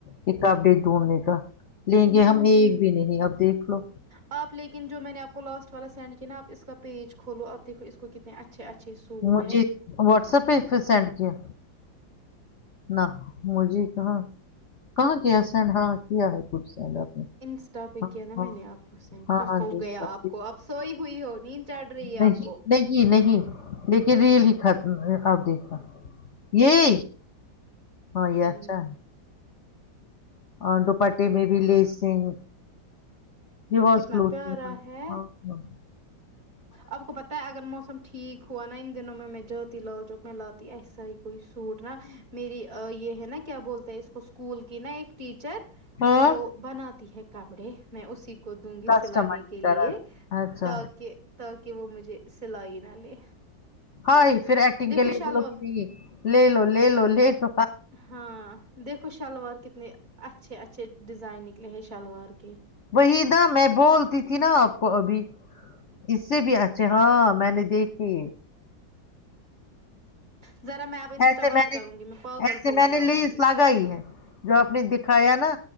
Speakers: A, on the left; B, on the right.
A: ایک اپڈیٹ ڈھونڈنے کا لیں
B: ہوں
A: گے ہم ایک بھی نہیں اب دیکھ لو
B: آپ لیکن جو میں نے آپ کو لاسٹ والا سینڈ کیا نا آپ اس کا پیج کھولو آپ دیکھو اس کو کتنے اچھے اچھے سوٹ
A: مجھے
B: ہے
A: واٹسپ پہ پھر سینڈ کیا نہ مھے کہاں کہاں کیا سن ہاں کیا ہے کچھ سینڈ آپ نے
B: انسٹا پ
A: ہاں
B: کیا نا
A: ہاں
B: میں نے آپ کو سین
A: ہاں
B: کیا
A: ہاں
B: ہوو
A: دیکھا
B: گیا
A: دیکھا۔
B: آپ کو آپ سوئی ہوئی ہو نیند چڑھ رہی ہے آپ
A: نہیں
B: کو
A: نہیں نہیں لیکن ریل ہی ختم اب دیکھا یہ ہاں یہ
B: ہوں
A: اچھا اور دوپاٹے میں بھی لیسنگ واں
B: کتنا پیارا ہے آپ کو بتیا اگر موسم ٹھیک ہوا نا ان دنو میں جات لال چوک میں لاتی اس سئی کوئی سوٹ نا میری یہ ہے نا کیا بولتے ہیں اس کو اسکول کی نا ایک ٹیچر
A: ہاں
B: وہ بناتی ہے کپڑے میں اسی کو دوں گی
A: کسٹمائز
B: سلانے کے لیے
A: کرا اچھا
B: تاکہ تاکہ وہ مجھے سلائی نہ لے
A: ہاں پھر ایکٹنگ
B: دیکھو
A: کے لیے
B: شلوار
A: بولو کہ نہیں لے لو لے لو لے ل
B: ہاں دیکھو شلوار کتنے اچھے اچھے ڈیزائن نکلے ہیں شلوار کے
A: وہی نہا میں بولتی تھی نا آپ کو ابھی اس سے بھی اچھے ہاں میں نے دیکھے
B: ذرا میں اب انسٹا
A: ایسے
B: بند
A: میں نے
B: کروں گی پاگل
A: ایسے
B: ہو
A: میں
B: جاؤں
A: نے لی اسلاگا
B: گی
A: ہی ہے جو آپ نے دکھایا نا